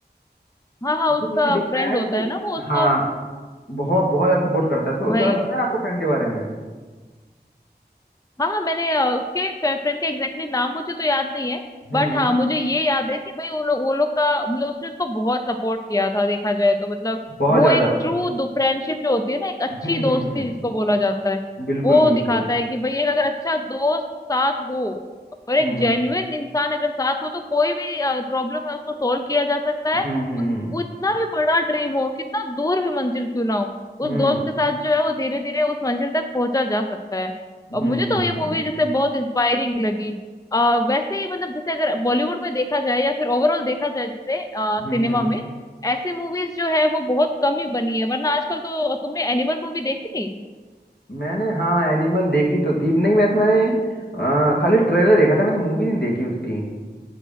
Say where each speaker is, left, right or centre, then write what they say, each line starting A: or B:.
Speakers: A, on the left; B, on the left.
A: हाँ हाँ हाँ, उसका
B: ये भी दिखता
A: फ्रेंड
B: है
A: होता
B: कि
A: है ना वो उसको
B: हाँ बहुत बहुत ज्यादा सपोर्ट करता है सो
A: भाई
B: उस समय पता है आपको फ्रेंड के बारे में
A: हाँ मैंने अ, उसके फ्रेंड का एग्जैक्टली नाम मुझे तो याद नहीं है
B: हम्म
A: बट हाँ मुझे ये याद है कि भाई वो लोग वो लोग का मतलब उसने उसको बहुत सपोर्ट किया था देखा जाए तो मतलब
B: बहुत
A: वो
B: ज्यादा
A: एक ट्रू फ्रेंडशिप जो होती है ना एक अच्छी
B: हम्म
A: दोस्ती
B: हम्म हम्म
A: जिसको बोला जाता है
B: बिल्कुल
A: वो
B: बिल्कुल
A: दिखाता है कि भाई एक अगर अच्छा दोस्त साथ हो और एक
B: हम्म
A: जेन्युइन इंसान अगर साथ हो तो कोई भी प्रॉब्लम है उसको सोल्व किया जा सकता है
B: हम्म
A: वो इतना भी बड़ा ड्रीम हो कितना दूर भी मंजिल क्यों ना हो
B: हम्म
A: उस दोस्त के साथ जो है वो धीरे धीरे उस मंजिल तक पहुंचा जा सकता है
B: हम्म
A: और मुझे
B: हम्म
A: तो
B: हम्म
A: ये
B: हम्म
A: मूवी
B: हम्म,
A: जैसे बहुत इंस्पायरिंग लगी आ, वैसे ही मतलब जैसे अगर बॉलीवुड में देखा जाए या फिर ओवरऑल देखा जाए जैसे सिनेमा
B: हम्म, हम्म।
A: में ऐसी मूवीज जो है वो बहुत कम ही बनी है वरना आजकल तो तुमने एनिमल मूवी देखी थी
B: मैंने हाँ एनिमल देखी तो थी नहीं वैसे मैंने आ, खाली ट्रेलर देखा था मैंने मूवी नहीं देखी उसकी